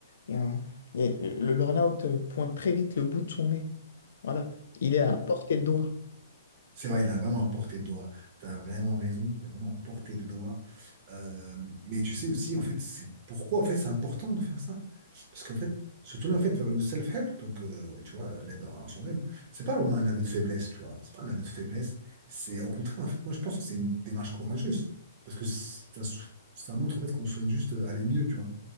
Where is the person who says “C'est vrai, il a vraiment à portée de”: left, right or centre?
Right